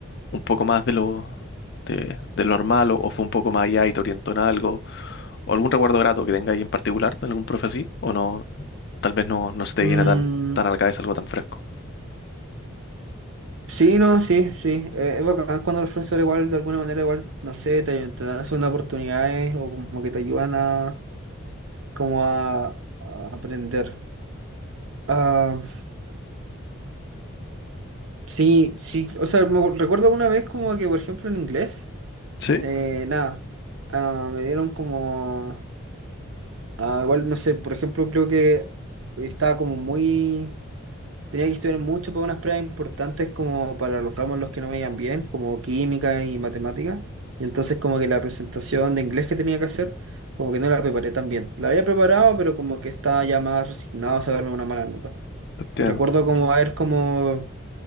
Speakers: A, on the left; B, on the right.
A: un poco más de lo... De, de lo normal o, o fue un poco más allá y te orientó en algo o algún recuerdo grato que tenga ahí en particular de algún profe así o no tal vez no, no se te
B: Mm,
A: viene tan, tan a la cabeza algo tan fresco.
B: sí, no, sí, sí. Eh, es bacán cuando los profesores igual, de alguna manera, igual, no sé, te, te dan segunda oportunidades o como que te ayudan a, como a, a aprender. Ah, sí, sí, o sea, me acu- recuerdo una vez como que, por ejemplo, en inglés.
A: Sí,
B: Eh, nada, ah, me dieron como, ah, igual no sé, por ejemplo, creo que estaba como muy, tenía que estudiar mucho para unas pruebas importantes como para los ramos en los que no me iban bien, como química y matemática, y entonces como que la presentación de inglés que tenía que hacer, como que no la preparé tan bien. La había preparado, pero como que estaba ya más resignado a sacarme una mala nota.
A: te entiendo,
B: Y recuerdo como haber como